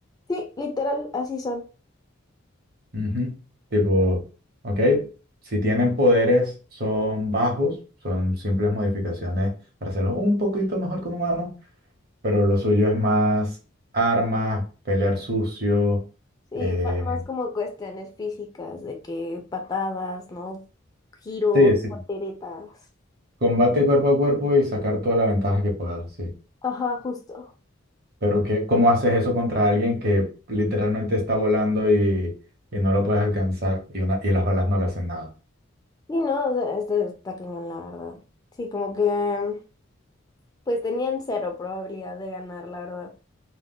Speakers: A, on the left; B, on the right.
A: Sí, literal, así son.
B: Ujú. Tipo, ok, si tienen poderes, son bajos, son simples modificaciones para hacerlo un poquito mejor que un humano, pero lo suyo es más armas, pelear sucio,
A: Sí,
B: eh,
A: ma- más como cuestiones físicas, de que patadas, ¿no? Giros,
B: sí, sí,
A: volteretas.
B: combate cuerpo a cuerpo y sacar toda la ventaja que puedas, sí.
A: Ajá, justo.
B: Pero que, ¿cómo haces eso contra alguien que literalmente está volando y, y no lo puedes alcanzar y, una, y las olas no le hacen nada?
A: Sí, no, o sea, este está cañón, la verdad. Sí, como que pues tenían cero probabilidad de ganar, la verdad.